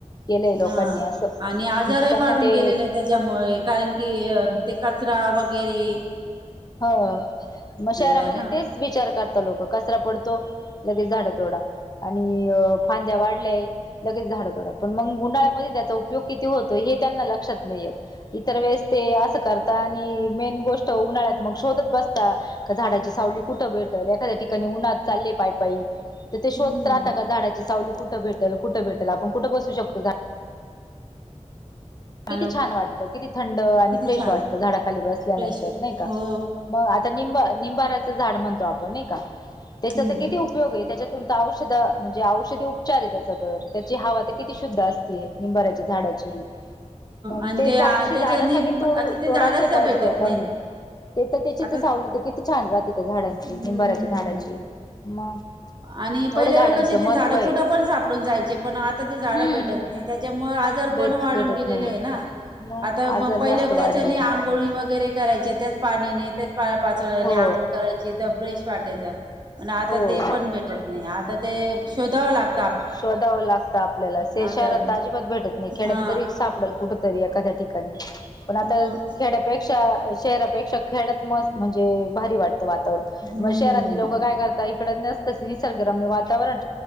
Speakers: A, on the left (about 30°); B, on the right (about 35°).
A: केलंय लोकांनी
B: ह
A: असं
B: आणि आजारही
A: त्यांना
B: वाढून
A: ते
B: गेलेले आहे त्याच्यामुळे कारण की ते कचरा वगैर घरी
A: ह मग शहरामध्ये
B: आहे ना
A: तेच विचार करतात लोक कचरा पडतो लगेच झाड तोडा आणि फांद्या वाढल्याय लगेच झाड तोडा पण मग उुंडाळ्यामध्ये पय कती होत त्यांना लक्षात नाही इतर वेळेस अस करत आणिेन गो तोणार मग शोधत बसता का झाडाची सावली कुठे भेटल एखाद्या ठिकाणी उन्हात चालले पायपाय तर ते शोधत
B: हम्म
A: राहता का झाडाची सावली कुठे भेटेल कुठे भेटेल आपण कुठं बसू शकतो झा किती
B: हॅलो
A: छान वाटतं किती थंड आणि
B: किती
A: फ्रेश
B: छान
A: वाटतं झाडाखाली बसल्यानंतर
B: फ्रेश
A: नाही का
B: हो
A: मग आता निंबा निंबाराच झाड म्हणतो आपण नाही का त्याचा
B: हम्म
A: तर किती उपयोग आहे त्याच्यातून तर औषध म्हणजे औषधी उपचार आहे त्याचा तर त्याची हवा तर किती शुद्ध असते निंबाऱ्याच्या झाडाची मग
B: आणि
A: ते असे
B: त्याच्यानी
A: झाड सगळे तोड
B: आता ते
A: तोडायला
B: झाडच
A: नाही पाहिजे
B: भेटत
A: लोकांनी
B: नाही
A: ते तर त्याची
B: आता
A: तर सावलीत किती छान राहते त्या झाडांची
B: हम्म
A: निंबाऱ्याच्या झाडाची मग
B: आणि
A: एवढं
B: पहिले
A: झाडांचं
B: क ते
A: महत्त्व
B: झाडं
A: आहे
B: कुठं पण सापडून जायचे पण आता ते झाडं
A: हम्म
B: भेटत नाही त्याच्यामुळे आजार
A: भेट
B: पण वाढून
A: भेटत
B: गेले
A: नाही मग
B: आता म
A: आजार
B: पहिले
A: जास्त वाढले
B: त्याच्या आंघोळी वगैरे करायची त्याच पाण्याने त्याच पाचोने
A: हो
B: आंघळ करायची तर फ्रेश वाटायच पण आता
A: हो
B: ते पण भेटत नाही आता ते शोधावं लागत
A: शोधावं लागतं आपल्याला श
B: आता
A: शहरात अजिबात भेटत नाही खेड्यात
B: हा
A: तरी सापडल कुठ खाद्या ठिकाणी पण आता
B: मग
A: खेड्यापेक्षा शहरापेक्षा खेड्या त मस्त म्हणजे भारी वाटतं वातावरण
B: हम्म
A: मग शहरातले लोक काय करताय निसर्गरम वातावरण